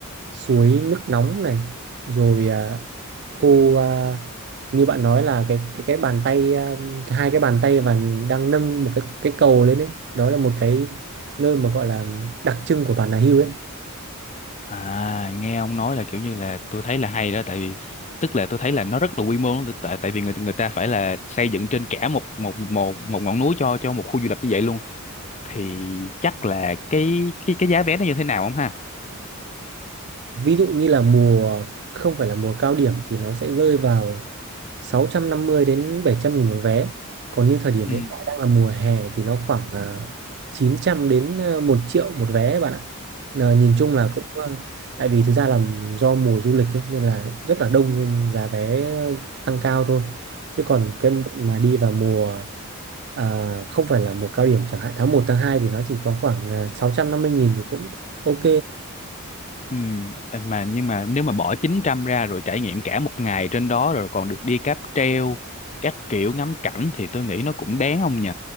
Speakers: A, on the right (about 50°); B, on the left (about 30°).
A: suối nước nóng này, rồi à, khu à, như bạn nói là cái cái cái bàn tay à, hai cái bàn tay và đang nâng một cái cái cầu lên đấy. Đó là một cái nơi mà gọi là đặc trưng của Bà Nà Hills đấy.
B: À, nghe ông nói là kiểu như là tôi thấy là hay đó tại vì tức là tôi thấy là nó rất là quy mô lắm, tại tại vì người người ta phải là xây dựng trên cả một một một một ngọn núi cho cho một khu du lịch như vậy luôn thì chắc là cái cái cái giá vé nó như thế nào không ha?
A: Ví dụ như là mùa không phải là mùa cao điểm thì nó sẽ rơi vào 650 đến 700 nghìn một vé. Còn như thời điểm
B: Ừ.
A: hiện tại đang là mùa hè thì nó khoảng à, 900 đến à, 1 triệu một vé bạn ạ. Là nhìn chung là cũng à, tại vì thực ra là do mùa du lịch ấy, nên là rất là đông nên giá vé ờ, tăng cao thôi. Chứ còn cái mà đi vào mùa à, không phải là mùa cao điểm chẳng hạn tháng một tháng 2 thì nó chỉ có khoảng à, 650 nghìn thì cũng ok.
B: Ừ, em mà nhưng mà nếu mà bỏ 900 ra rồi trải nghiệm cả một ngày trên đó rồi còn được đi cáp treo các kiểu ngắm cảnh thì tôi nghĩ nó cũng đáng không nhỉ?